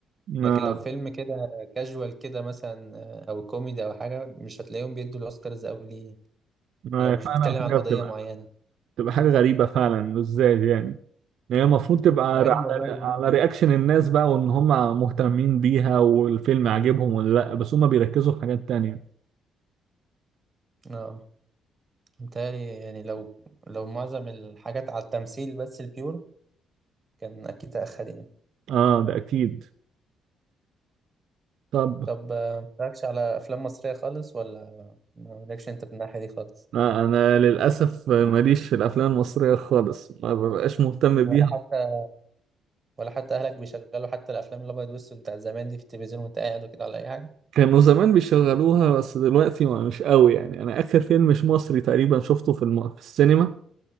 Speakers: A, on the right; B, on the right.
A: ما
B: لكن لو فيلم كده كاجوال كده مثلا آه، أو كوميدي أو حاجة مش هتلاقيهم بيدوا الأوسكارز أوي ليه يعني.
A: ما
B: لو مش
A: فعلا
B: بيتكلم
A: حاجة
B: عن قضية
A: بتبقى
B: معينة
A: بتبقى حاجة غريبة فعلا ازاي يعني يعني هي المفروض تبقى
B: مع
A: على
B: إن والله
A: على رياكشن الناس بقى وان هم مهتمين بيها والفيلم عاجبهم ولا لا بس هم بيركزوا في حاجات تانية
B: اه متهيألي يعني لو لو معظم الحاجات على التمثيل بس البيور كان أكيد أخد يعني
A: اه ده اكيد طب
B: طب آه، متفرجش على افلام مصريه خالص ولا مالكش انت في الناحيه دي خالص
A: لا، انا للاسف ماليش في الافلام المصريه خالص ما ببقاش مهتم
B: ولا
A: بيها
B: حتى ولا حتى اهلك بيشغلوا حتى الافلام الابيض والاسود بتاع زمان دي في التلفزيون وانت قاعد وكده ولا اي حاجه
A: كانوا زمان بيشغلوها بس دلوقتي ما مش قوي يعني انا اخر فيلم مش مصري تقريبا شفته في الم... في السينما